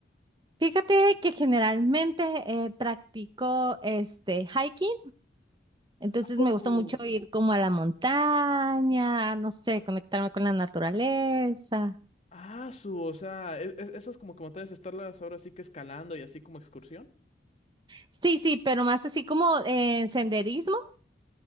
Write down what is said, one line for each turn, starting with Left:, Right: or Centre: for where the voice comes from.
Right: Fíjate que generalmente eh, practico este hiking, entonces
Left: ¿A poco?
Right: me gusta mucho ir como a la montaña, no sé, conectarme con la naturaleza.
Left: Ah, su, o sea, e- e- esas como que me estarlas ahora sí que escalando y así como excursión.
Right: Sí, sí, pero más así como eh, senderismo,